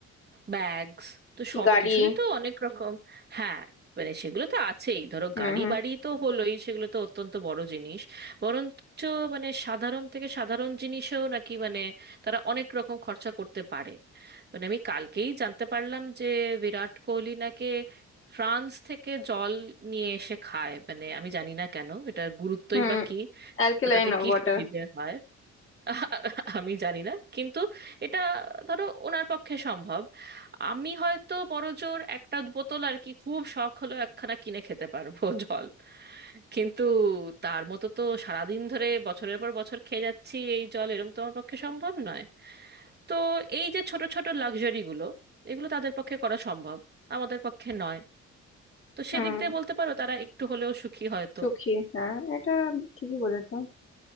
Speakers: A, on the right; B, on the left.
A: ব্যাগস তো সব
B: গাড়ি
A: কিছুরই তো অনেক রকম হ্যাঁ মানে সেগুলো তো আছেই ধরো
B: হুম
A: গাড়ি
B: হুম
A: বাড়ি তো হলোই সেগুলো তো অত্যন্ত বড় জিনিস বরঞ্চ মানে সাধারণ থেকে সাধারণ জিনিসেও নাকি মানে তারা অনেক রকম খরচা করতে পারে মানে আমি কালকেই জানতে পারলাম যে বিরাট কোহলি নাকি ফ্রান্স থেকে জল নিয়ে এসে খায় মানে আমি জানি না কেন এটার গুরুত্বই
B: হুম
A: বা কি
B: অ্যালকেলাইন
A: বা তাতে কি
B: ওয়াটার
A: সুবিধে হয় <laughs> আমি জানি না কিন্তু এটা ধরো ওনার পক্ষে সম্ভব আমি হয়তো বড়জোর একটা বোতল আর কি খুব শখ হলো একখানা কিনে খেতে পারবো <laughs> জল কিন্তু তার মতো তো সারাদিন ধরে বছরের পর বছর খেয়ে যাচ্ছি এই জল এরম তো আমার পক্ষে সম্ভব নয় তো এই যে ছোট ছোট লাক্সারিগুলো এগুলো তাদের পক্ষে করা সম্ভব আমাদের পক্ষে নয় তো সেদিক
B: হুম
A: দিয়ে বলতে পারো তারা একটু হলেও সুখী হয়তো
B: সুখী হ্যাঁ এটা ঠিকই বলেছো